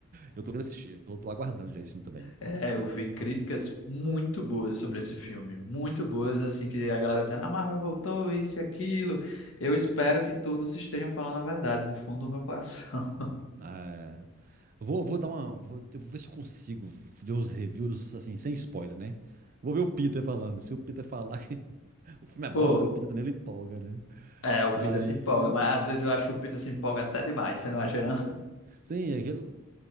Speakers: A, on the right; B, on the left.
A: Eu tô querendo assistir, tô, tô aguardando já esse filme também.
B: É, eu vi críticas muito boas sobre esse filme, muito boas, assim, que a galera dizendo, a Marvel voltou, isso e aquilo. Eu espero que todos estejam falando a verdade do fundo do meu coração.
A: É, Vou, vou dar uma. Vou, eu vou ver se eu consigo ver os reviews, assim, sem spoiler, né? Vou ver o Peter falando. Se o Peter falar que <laughs> o filme é
B: <laughs>
A: bom, que o Peter
B: Pô,
A: também ele empolga, né?
B: é, o Peter
A: Aí.
B: se empolga, mas às vezes eu acho que o Peter se empolga até demais, você não acha, não? <laughs>
A: Sim, aquele,